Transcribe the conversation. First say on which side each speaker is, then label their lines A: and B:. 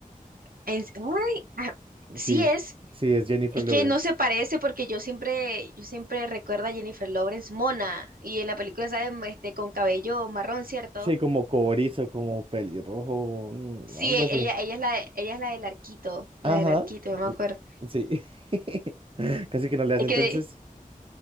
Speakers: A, on the right; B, on the right.
A: En- ay, ah, sí
B: Sí,
A: es.
B: sí, es Jennifer
A: Es
B: Lawrence.
A: que no se parece porque yo siempre, yo siempre recuerdo a Jennifer Lawrence mona. Y en la película sale mm, este, con cabello marrón, ¿cierto?
B: Sí, como cobrizo, como pelirrojo, mm,
A: Sí,
B: algo
A: e-
B: así.
A: ella, ella es la, ella es la del arquito, la
B: Ajá.
A: del arquito, yo
B: mm,
A: me acuerdo.
B: Sí. <laughs> Casi que no le hace.
A: Es
B: Entonces,
A: que